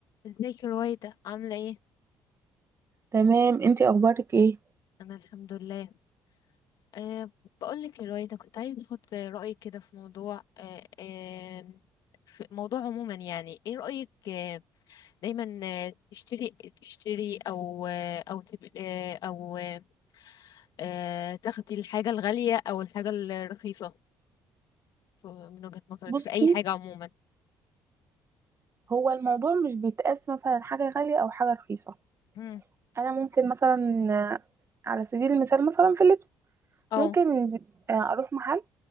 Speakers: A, on the left; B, on the right.
A: ازيك يا رويدة عاملة ايه؟
B: تمام انتي اخبارك ايه
A: أنا الحمد لله أه بقولك يا رويدة كنت عايزة أخد رأيك كده في موضوع أه أه في موضوع عموما يعني ايه رأيك آه، دايما آه، تشتري تشتري أو آه، أو تب آه، أو آه، آه، تاخدي الحاجة الغالية أو الحاجة الرخيصة ف- من وجهة نظرك
B: بصي
A: في أي حاجة عموما
B: هو الموضوع مش بيتقاس مثلا حاجه غاليه او حاجه رخيصه
A: مم.
B: انا ممكن مثلا آه، على سبيل المثال مثلا في اللبس
A: اه
B: ممكن آه، اروح محل